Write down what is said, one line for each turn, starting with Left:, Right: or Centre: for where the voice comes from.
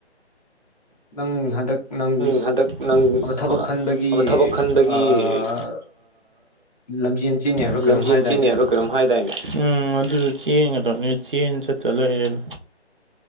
Left: ꯅꯪ ꯍꯟꯗꯛ ꯅꯪ
Right: ꯍꯟꯗꯛ ꯅꯪ
Left: ꯑꯃ ꯊꯕꯛ ꯈꯟꯕꯒꯤ
Right: ꯑꯃ ꯊꯕꯛ ꯈꯟꯕꯒꯤ
Left: ꯑꯥ ꯂꯝꯖꯦꯟ ꯆꯦꯟꯅꯤ ꯍꯥꯢꯕ꯭ꯔꯥ
Right: ꯂꯝꯖꯦꯟ
Left: ꯀꯩꯅꯣꯝ ꯍꯥꯏꯗꯥꯏꯅꯦ
Right: ꯆꯦꯟꯅꯦꯕ꯭ꯔꯥ ꯀꯩꯅꯣꯝ ꯍꯥꯢꯗꯥꯢꯅꯦ ꯎꯝ ꯑꯗꯨꯁꯨ ꯆꯦꯟꯒꯗꯕꯅꯤ ꯆꯦꯟ ꯆꯠꯇ ꯂꯩꯔꯦꯗ